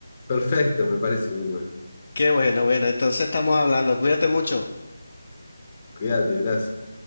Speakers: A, on the left; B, on the left.
A: Perfecto, me parece, Wilmer.
B: Qué bueno, bueno, entonces estamos hablando. Cuídate mucho.
A: Cuídate, gracias.